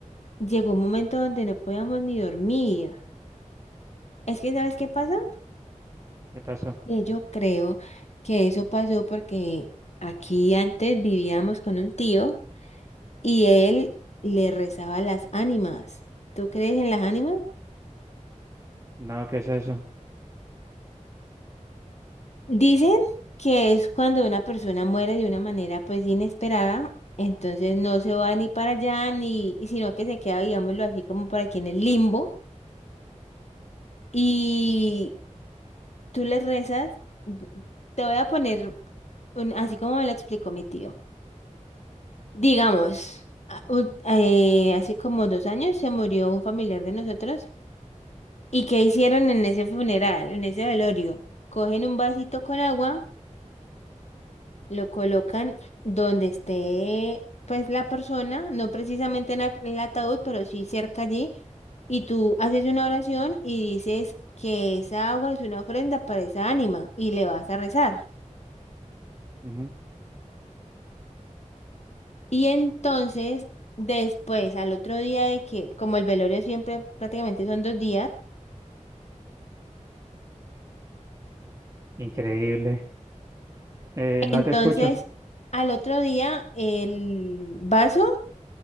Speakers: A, on the left (about 60°); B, on the right (about 25°).
A: Llegó un momento donde no podíamos ni dormir. Es que, ¿sabes qué pasa?
B: ¿Qué pasó?
A: Que yo creo que eso pasó porque aquí antes vivíamos con un tío y él le rezaba a las ánimas. ¿Tú crees en las ánimas?
B: No, ¿qué es eso?
A: Dicen que es cuando una persona muere de una manera pues inesperada, entonces no se va ni para allá ni, y sino que se queda, digámoslo así, como por aquí en el limbo. Y tú les rezas, te voy a poner un- así como me lo explicó mi tío. Digamos, a- u- eh, hace como dos años se murió un familiar de nosotros. ¿Y qué hicieron en ese funeral, en ese velorio? Cogen un vasito con agua, lo colocan donde esté pues la persona, no precisamente en la- en el ataúd, pero sí cerca allí, y tú haces una oración y dices que esa agua es una ofrenda para esa ánima y le vas a rezar.
B: Ujú.
A: Y entonces, después, al otro día de que, como el velorio siempre prácticamente son dos días,
B: Increíble. Eh, no
A: entonces
B: te escucho,
A: al otro día el vaso